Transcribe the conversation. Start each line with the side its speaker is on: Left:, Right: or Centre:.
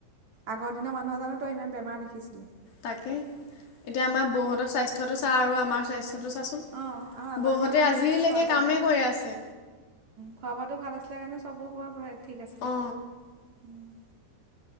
Right: আগৰ দিনৰ মানুহৰ জানো তই ইমান বেমাৰ দেখিছিলি?
Left: তাকে, এতিয়া আমাৰ বৌহঁতৰ স্বাস্থ্যটো চা আৰু আমাৰ স্বাস্থ্য টো চাচোঁন,
Right: অঁ আৰু আগৰ
Left: বৌহঁতে
Right: দিনৰ মানুহৰ
Left: আজিলৈকে
Right: সেই খোৱা বোৱাটো
Left: কামেই
Right: ভাল
Left: কৰি আছে।
Right: খোৱা বোৱাটো ভাল <unintelligible> ঠিক আছিলে।
Left: অ
Right: উম্,